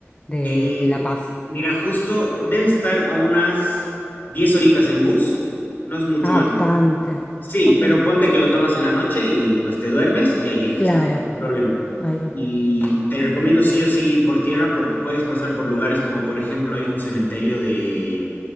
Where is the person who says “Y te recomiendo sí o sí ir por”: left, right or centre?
Left